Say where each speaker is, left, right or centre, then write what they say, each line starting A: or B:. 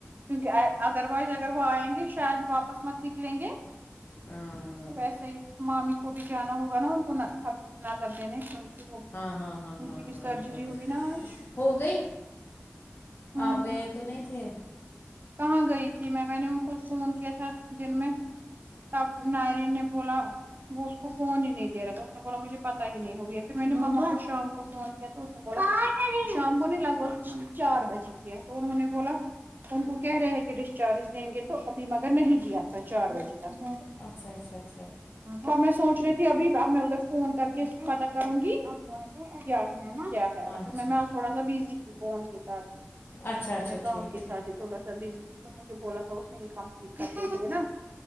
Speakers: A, on the right; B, on the left.
A: کیونکہ ادر وائز اگر وہ آئیں گے شاید واپس مت نکلیں گے
B: ہاں
A: ویسے ہی مامی کو بھی جانا ہوگا نا ان کو نرکھب نظر دینے کیونکہ وہ
B: ہاں ہاں ہاں
A: ان
B: ہاں
A: کی بھی
B: ہاں
A: سرجری
B: ضرور
A: ہوئی نا آج
B: ہو گئی
A: ہوں
B: آپ گئے
A: ہوں
B: تو نہیں تھے
A: کہاں گئی تھی میں میں نے ان کو فون کیا تھا دن میں تب ن نے بولا وہ اس کو فون ہی نہیں دے رہا تھا اس نے بولا مجھے پتا ہی نہیں ہوگ ہے پھر میں نے ماما کو شام فون کیا تو اس نے ب شام کو نہیں لگ بھگ چار بجے کیا تو انہوں نے بولا ان کو کہہ رہےہے کہ ڈسچارج دیں گے تو ابھی مگر نہیں گیا تھا چار بجے تک
B: اچھا اچھا اچھا
A: <unintelligible> تو میں سوچ رہی تھی ابھی اب میں ادھر فون کر کے پتاہ کروں گی آپ کو کیا ہے
B: اچھا
A: اصل میں میں تھوڑا سا بزی تھی فون کے ساتھ ہی
B: اچھا اچھا
A: اپنے کام
B: ٹھیک
A: کے
B: ٹھیک
A: ساتھ ہی تھوڑا سا بزی تو مجھے بولا تھا اس نے یہ کم <unintelligible> تھوا